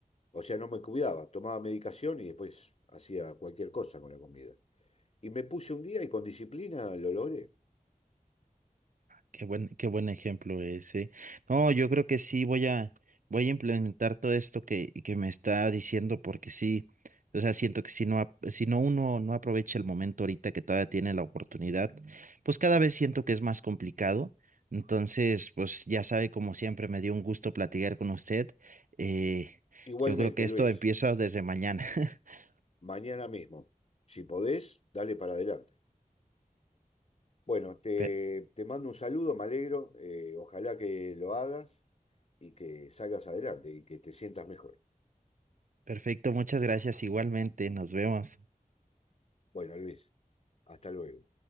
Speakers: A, on the left; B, on the right.
A: o sea, no me cuidaba, tomaba medicación y después hacía cualquier cosa con la comida. Y me puse un día y con disciplina lo logré.
B: Qué buen, qué buen ejemplo ese. No, yo creo que sí voy a, voy a implementar todo esto que, que me está diciendo, porque sí, o sea, siento que si no, ap- si no uno no aprovecha el momento ahorita que todavía tiene la oportunidad, pues cada vez siento que es más complicado. Entonces, pues ya sabe, como siempre, me dio un gusto platicar con usted. Eh,
A: Igualmente,
B: yo creo que esto
A: Luis.
B: empieza desde mañana. <laughs>
A: mañana mismo. Si podés, dale para adelante. Bueno, te,
B: Per-
A: te mando un saludo, me alegro. eh, ojalá que lo hagas y que salgas adelante y que te sientas mejor.
B: perfecto, muchas gracias igualmente, nos vemos.
A: Bueno, Luis, hasta luego.